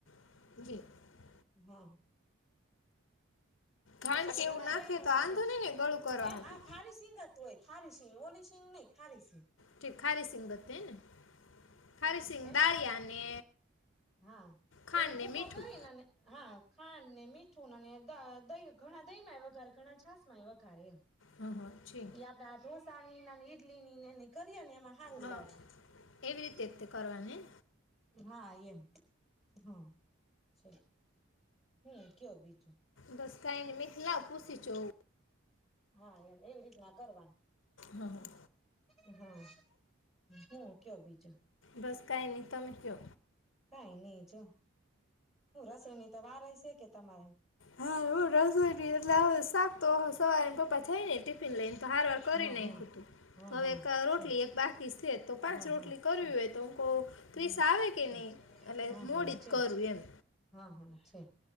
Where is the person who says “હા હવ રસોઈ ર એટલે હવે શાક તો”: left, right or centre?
Left